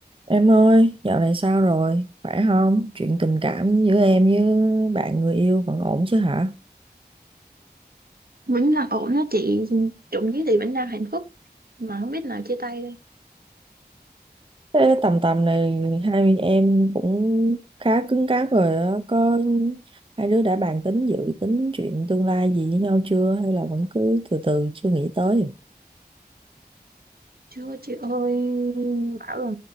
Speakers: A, on the right (about 30°); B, on the right (about 60°).
A: Em ơi, dạo này sao rồi? Khỏe không? Chuyện tình cảm giữa em với bạn người yêu vẫn ổn chứ hả?
B: vẫn là ổn á chị trộm vía thì vẫn đang hạnh phúc mà không biết nào chia tay đây
A: Thế tầm tầm này hai em cũng khá cứng cáp rồi á. Có hai đứa đã bàn tính dự tính chuyện tương lai gì với nhau chưa? Hay là vẫn cứ từ từ chưa nghĩ tới?
B: chưa chị ơi bảo là